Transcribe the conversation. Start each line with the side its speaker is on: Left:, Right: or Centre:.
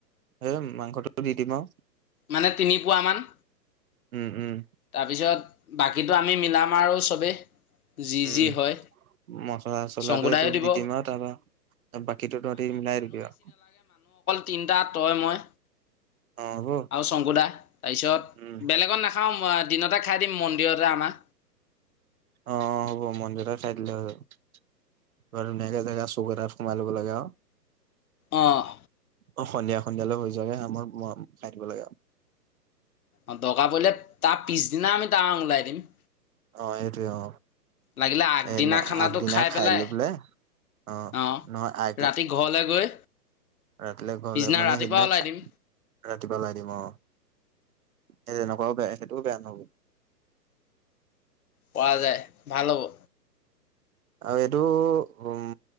Right: এ মাংসটো দি দিম আৰু।
Left: মানে তিনিপুৱামান।
Right: উম উম।
Left: তাৰপিছত বাকীটো আমি মিলাম আৰু চবেই। যি
Right: উম
Left: যি হয়
Right: মচলা চচলাটো
Left: শংকুদায়ো দিব
Right: দি দিম আৰু তাৰপা বাকীটো তহঁতি মিলাই দিবি আৰু।
Left: তিনটা, তই, মই
Right: অ হ'ব
Left: আৰু শংকুদা তাৰপিছত
Right: উম
Left: বেলেগত নাখাওঁ। দিনতে খাই দিম মন্দিৰতে আমাৰ।
Right: অ হ'ব মন্দিৰতে খাই দিলে হৈ যাব ধুনীয়াকে জেগা চোক এটাত সোমাই লব লাগে আৰু।
Left: অঁ
Right: অ সন্ধিয়া সন্ধিয়ালৈ হৈ যোৱাকে আমাৰ ম খাই দিব লাগে।
Left: অ দকা পৰিলে তাৰ পিছদিনা আমি টাউন ওলাই দিম।
Right: অ সেইটোৱে অ
Left: লাগিলে আগদিনা
Right: সেইদিনা
Left: খানাটো
Right: আগদিনা খাই
Left: পেলাই
Right: লৈ বোলে আহ
Left: অ'
Right: নহয় আগ
Left: ৰাতি ঘৰলৈ গৈ
Right: ৰাতিলে ঘৰলে
Left: পিছদিনা
Right: মানে
Left: ৰাতিপুৱা
Right: সেইদিনা
Left: ওলাই
Right: খাই
Left: দিম
Right: ৰাতিপুৱা ওলাই দিম আহ। সেই যেনেকুৱাও বেয়া সেইটোও বেয়া নহব।
Left: পৰা যায় ভাল হ'ব।
Right: আৰু এইটো উম।